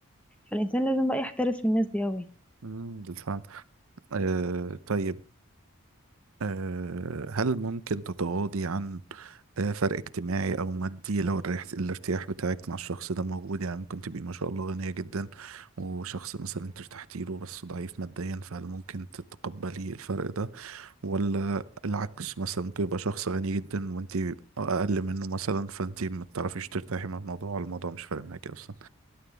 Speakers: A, in the centre; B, on the right.
A: فالإنسان لازم بقى يحترس من الناس دي أوي
B: أمم، بالفعل آه طيب آه، هل ممكن تتغاضي عن آه، فرق اجتماعي او مادي لو الريح- الارتياح بتاعك مع الشخص ده موجود يعني ممكن تبقي ما شاء الله غنية جدا وشخص مثلا انت ارتحتي له بس ضعيف ماديا فهل ممكن تتقبلي الفرق ده ولا العكس مثلا ممكن يبقى شخص غني جدا وانت اقل منه مثلا فانت ما تعرفيش ترتاحي مع الموضوع ولا الموضوع مش فارق معاكي اصلا